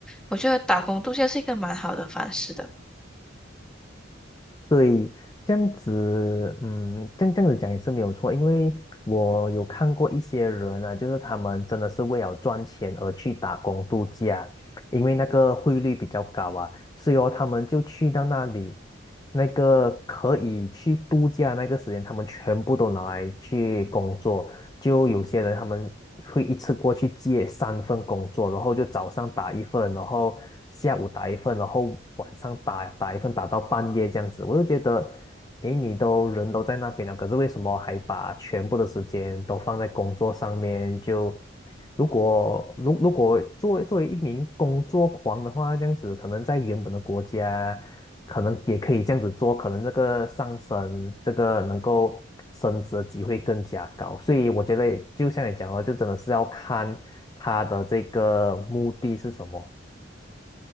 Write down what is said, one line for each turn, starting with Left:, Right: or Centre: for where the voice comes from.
Centre: 我觉得打工度假是一个蛮好的方式的。
Left: 对，这样子，嗯，这样这样子讲也是没有错，因为我有看过一些人啊，就是他们真的是为了赚钱而去打工度假，因为那个汇率比较高啊，所以哦他们就去到那里，那个可以去度假那个时间，他们全部都拿来去工作，就有些人他们会一次过去接三份工作，然后就早上打一份，然后下午打一份，然后晚上打打一份，打到半夜这样子。我就觉得，诶，你都人都在那边了，可是为什么还把全部的时间都放在工作上面？就如果如如果作为作为一名工作狂的话，这样子可能在原本的国家，可能也可以这样子做，可能那个上升，这个能够升职的机会更加高。所以我觉得，就像你讲的，就真的是要看他的这个目的是什么。